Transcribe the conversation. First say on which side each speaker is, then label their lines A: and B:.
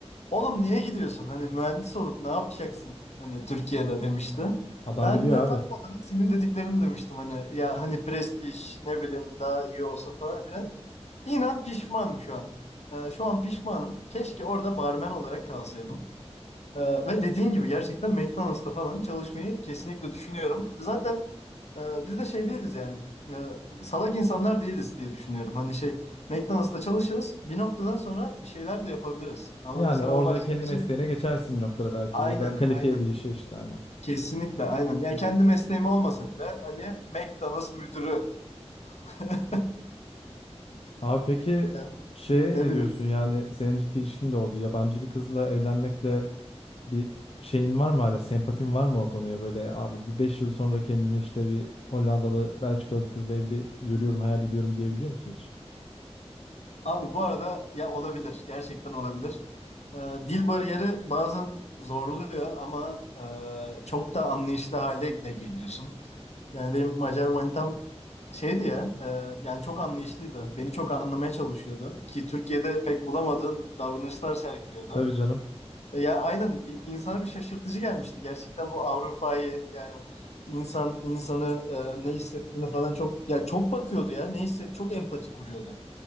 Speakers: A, on the left; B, on the left.
A: Oğlum niye gidiyorsun? Hani mühendis olup ne yapacaksın? Hani Türkiye'de demişti.
B: Adam
A: Ben
B: biliyor
A: de
B: abi.
A: tam olarak senin dediklerini demiştim hani ya hani prestij ne bileyim daha iyi olsun falan filan. İnan pişmanım şu an. Ee, şu an pişmanım. Keşke orada barmen olarak kalsaydım. Ee, ve dediğin gibi gerçekten McDonald's'ta falan çalışmayı kesinlikle düşünüyorum. Zaten ee, biz de şey değiliz yani. Ee, salak insanlar değiliz diye düşünüyorum. Hani şey McDonald's'ta çalışırız. Bir noktadan sonra bir şeyler de yapabiliriz. Ama
B: Yani
A: mesela
B: orada
A: o başlangıcı
B: kendi mesleğine geçersin bir noktada belki
A: aynen
B: ya da kalifiye
A: aynen
B: bir işe işte hani.
A: kesinlikle aynen. Ya kendi mesleğim olmasa bile hani McDonald's müdürü. <laughs>
B: Abi peki
A: Yani,
B: şey
A: ne
B: ne
A: bileyim
B: diyorsun yani senin ciddi ilişkin de oldu. Yabancı bir kızla evlenmekle bir şeyin var mı hala sempatin var mı o konuya böyle abi bir 5 yıl sonra kendimi işte bir Hollandalı Belçikalı bir kızla evli görüyorum hayal ediyorum diyebiliyor musun hiç?
A: Abi bu arada ya olabilir. Gerçekten olabilir. Ee, dil bariyeri bazen zorluyor ama e, çok da anlayışlı hale de geliyorsun. Yani benim Macar manitam şeydi ya e, yani çok anlayışlıydı. Beni çok anlamaya çalışıyordu ki Türkiye'de pek bulamadığın davranışlar sergiliyordu.
B: Tabii canım.
A: E, ya aynen bir insana bir şaşırtıcı gelmişti. Gerçekten bu Avrupa'yı yani insan insanı e, ne hissettiğini falan çok ya çok bakıyordu ya ne hisset çok empati kuruyordu.